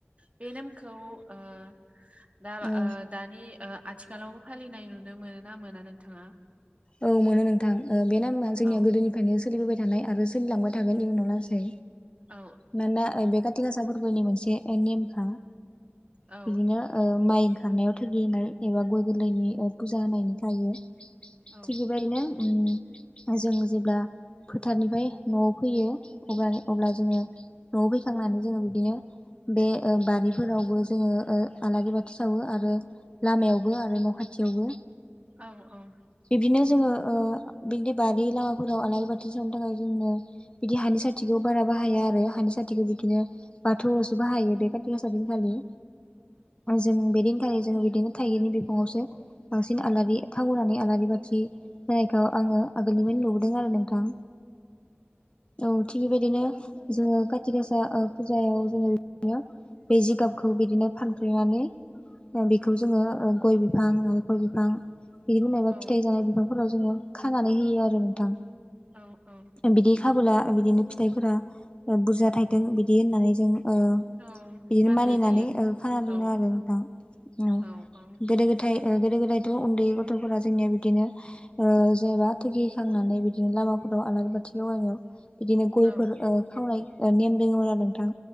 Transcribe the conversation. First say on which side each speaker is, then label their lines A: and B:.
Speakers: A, on the right (about 30°); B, on the left (about 25°).
A: बे नेमखौ ओ दा
B: औ
A: ओ दानि ओ आथिखालावबो फालिनाय नुनो मोनो ना मोना नोंथाङा?
B: औ मोनो नोंथां। ओ बे नेमा जोंनिया
A: औ
B: गोदोनिफ्रायनो सोलिबोबाय थानाय आरो सोलिलांबाय थागोन इयुनाव लासै।
A: औ
B: मानोना ओ बे कातिगासा फोरबोनि मोनसे नेमखा।
A: औ
B: बिदिनो ओ माइ ओंखारनायाव थोगि होनाय एबा गय गोरलैनि ओ फुजा होनायनि थायो।
A: औ
B: थिग बेबायदिनो उम जों जेब्ला फोथारनिफ्राय न'आव फैयो अबा अब्ला जोङो न'आव फैखांनानै जोङो बिदिनो बे ओ बारिफोरावबो जोङो ओ आलारि बाथि सावो आरो लामायावबो आरो न' खाथियावबो।
A: औ
B: बिब्दिनो जोङो ओ बिब्दि बारि लामाफोराव आलारि बाथि सावनो थाखाय जोंनो बिदि हानि सा थिखौ बारा बाहाया आरो हानि साथिखौ बिदिनो बाथौआवसो बाहायो बे कातिगासा दिन खालि। जों बे दिनखालि जों बिदिनो थाइगिरनि बिखङावसो बांसिन आलारि थाव होनानै आलारि बाथि होनायखौ आङो आगोलनिफ्रायनो नुबोदों आरो नोंथां। औ थिग बेबायदिनो जोङो काति गासा ओ फुजायाव जोङो बिब्दिनो बे जिगाबखौ बिदिनो फानफ्रेनानै बेखौ जोङो ओ गय बिफां नालेंखर बिफां बिदिनो मायबा
A: औ
B: फिथाइ जानाय बिफांफोराव जोङो खानानै होयो आरो नोंथां।
A: औ औ।
B: बिदि खाबोला बिदिनो फिथाइफोरा ओ बुरजा थाइथों बिदि होननानै जों ओ
A: औ
B: बिदिनो
A: मानिनाय
B: मानिनानै
A: जायो
B: ओ खाना दोनो
A: औ
B: आरो नोंथां। उम
A: औ औ
B: गोदो- गोदाय ओ गोदो गोदायथ' उन्दै गथ'फोरा जोंनिया बिदिनो ओ जेनेबा थोगि होखांनानै बिदिनो लामाफोराव आलारि बाथि लगायनायाव बिदिनो गयफोर
A: औ
B: ओ खावनाय ओ नेम दोङोमोन आरो नोंथां